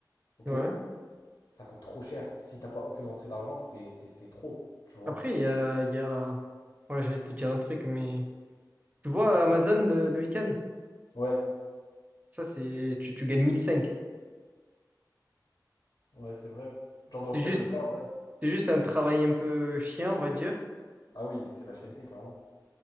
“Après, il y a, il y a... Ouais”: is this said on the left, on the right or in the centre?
Right